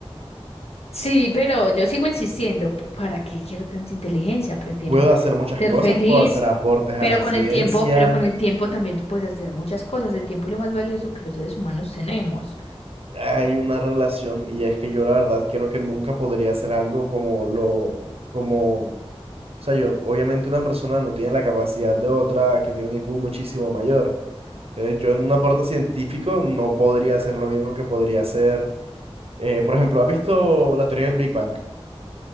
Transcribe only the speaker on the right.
Puedo hacer muchas
cosas,
puedo hacer aportes a
la
ciencia,
hay una relación y es que yo la verdad creo que nunca podría hacer algo como lo, como, o sea, yo, obviamente una persona no tiene la capacidad de otra que tiene un IQ muchísimo mayor. Entonces yo en un aporte científico no podría hacer lo mismo que podría hacer Eh, por ejemplo, ¿has visto la teoría del Big Bang?